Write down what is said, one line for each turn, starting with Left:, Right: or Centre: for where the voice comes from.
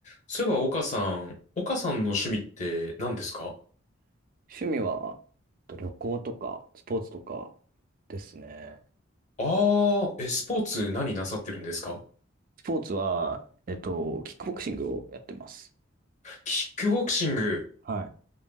Left: そういえば、岡さん、岡さんの趣味って何ですか
Right: 趣味は、えっと旅行とか、スポーツとかですね。
Left: ああー、え、スポーツ何なさってるんですか
Right: スポーツは、えっと、キックボクシングをやってます。
Left: キックボクシング。
Right: はい。